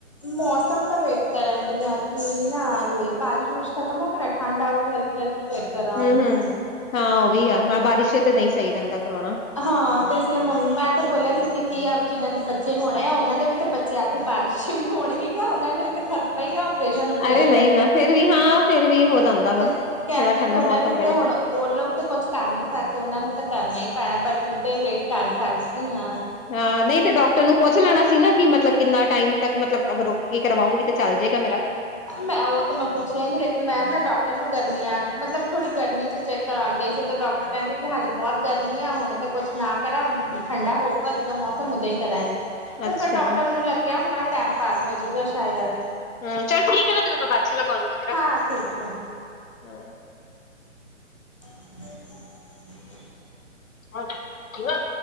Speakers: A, on the left; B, on the left.
A: ਮੌਸਮ ਤਾਂ ਵੇਟ ਕਰਨ ਡੀਆ ਕਿ ਨਾ ਯ ਬਾਰਿਸ਼- ਵਾਰਿਸ਼ ਖਤਮ ਹੋ ਗੀ ਨਾ ਠੰਡ ਆਓਗੀ ਹਲਕੀ- ਹਲਕੀ ਫੇਰ ਕਰਾਉਂਗੀ
B: ਹੂੰ- ਹੂੰ ਹਾਂ। ਉਹ ਵੀ ਆ ਹਾਂ ਬਾਰਿਸ਼ ਤੇ ਨਹੀਂ ਸਹੀ ਰਹਿੰਦਾ ਕਰਵਾਉਣਾ।
A: ਹਾਂ। ਤੇ ਇਸ ਵੇਲੇ ਮੰਮੀ ਮੈਂ ਤੇ ਬੋਲਿਆ ਸੀ ਕਿ ਕੀ ਆਪ ਜਿਹਨਾਂ ਦੇ ਬੱਚੇ ਹੋਣੇ ਆ ਉਹਨਾਂ ਦੇ ਵੀ ਤਾਂ ਬੱਚੇ ਆ ਕੇ ਬਾਰਿਸ਼ ਵੀ ਹੋਣੇ। ਉਹਨਾਂ ਨੇ ਵੀ ਤਾਂ ਕਰਨਾ ਹੀ ਓਪਰੇਸ਼ਨ- ਓਪਰੇਸ਼ਨ।
B: ਅਰੇ ਨਹੀਂ ਨਾ ਫੇਰ ਵੀ ਹਾਂ ਫੇਰ ਵੀ ਹੋ ਜਾਂਦਾ ਵਾ। ਥੋੜਾ
A: ਕਹਿੰਦੀ
B: ਠੰਡਾ
A: ਕਿ ਉਹਨਾਂ
B: ਮੌਸਮ
A: ਦੀ
B: ਰਹੇ
A: ਹੁਣ
B: ਤੇ
A: ਉਹ ਲੋਕ ਤਾਂ ਕੁਛ ਕਰ ਨੀ ਸਕਦੇ ਉਹਨਾਂ ਨੂੰ ਤਾਂ ਕਰਨਾ ਹੀ ਪੈਣਾ ਪਰ ਤੂੰ ਤੇ ਵੇਟ ਕਰ ਸਕਦੀ ਆਂ।
B: ਹਾਂ, ਨਹੀਂ ਤੇ ਡਾਕਟਰ ਨੂੰ ਪੁੱਛ ਲੈਣਾ ਸੀ ਨਾ ਕਿ ਮਤਲਬ ਕਿੰਨਾ ਟਾਈਮ ਤੱਕ ਮਤਲਬ ਅਗਰ ਰੁਕ ਕੇ ਕਰਵਾਉਗੀ ਤਾਂ ਚੱਲ ਜਾਏਗਾ ਮੇਰਾ।
A: ਮੈਂ ਉਹ ਤਾਂ ਮੈਂ ਪੁੱਛਿਆ ਹੀ ਨੀ ਲੇਕਿਨ ਮੈਂ ਨਾ ਡਾਕਟਰ ਨੂੰ ਗਰਮੀਆਂ ਮਤਲਬ ਥੋੜੀ ਗਰਮੀ 'ਚ ਚੈੱਕ ਕਰਾਉਣ ਗਈ ਸੀ ਤੇ ਡਾਕਟਰ ਕਹਿੰਦੇ ਕਿ ਹਾਲੀ ਬਹੁਤ ਗਰਮੀ ਆ ਹੁਣ ਤਾਂ ਕੁਛ ਨਾ ਕਰਾਂ। ਠੰਡਾ ਹੋਊਗਾ ਜਦੋਂ ਮੌਸਮ ਉਦੋਂ ਹੀ ਕਰਾਂਈ। ਤੇ
B: ਅੱਛਾ
A: ਫਿਰ ਡਾਕਟਰ ਨੂੰ ਲੱਗਿਆ ਹੁਣ ਟਾਈਮ ਪਾਰ ਹੋਜੂਗਾ ਸ਼ਾਇਦ
B: ਹੂੰ, ਚੱਲ ਠੀਕ ਮੈਂ ਤੈਨੂੰ ਬਾਦ 'ਚ ਕਾਲ ਲਾਂਵਾਗੀ।
A: ਹਾਂ, ਸਹੀ ਏ।
B: <unintelligible>
A: <inaudible>
B: ਹੋਰ ਠੀਕ ਏ।